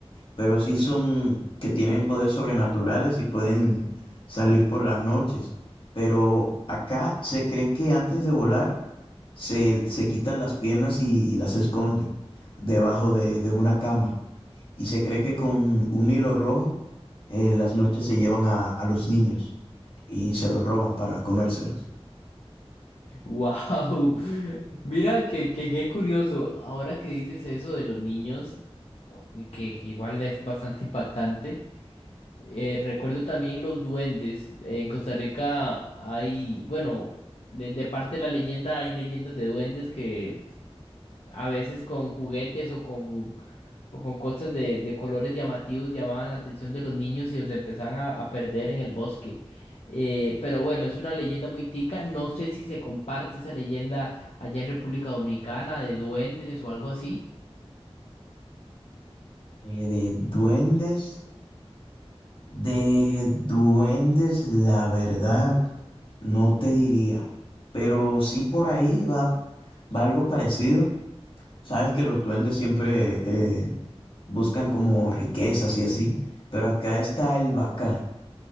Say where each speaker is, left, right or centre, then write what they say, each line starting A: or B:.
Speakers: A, on the left; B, on the left.
A: pero sí son que tienen poderes sobrenaturales y pueden salir por las noches. Pero acá se cree que antes de volar se, se quitan las piernas y, y las esconden debajo de, de, una cama. Y se cree que con un hilo rojo eh, las noches se llevan a, a, los niños y se los roban para comérselos.
B: ¡Wow! <laughs> Mira que, que qué curioso. Ahora que dices eso de los niños, o- y que, que igual es bastante impactante. Eh, recuerdo también los duendes. En Costa Rica hay, bueno, de, de parte de la leyenda hay leyendas de duendes que a veces con juguetes o con, o con cosas de, de colores llamativos llamaban la atención de los niños y los empezaban a, a perder en el bosque. Eh, pero bueno, es una leyenda muy tica. No sé si se comparte esa leyenda allá en República Dominicana de duendes o algo así.
A: Eh, de duendes, de duendes, la verdad, no te diría. Pero sí por ahí va Va algo parecido. Sabes que los duendes siempre eh, buscan como riquezas y así, pero acá está el Bacá.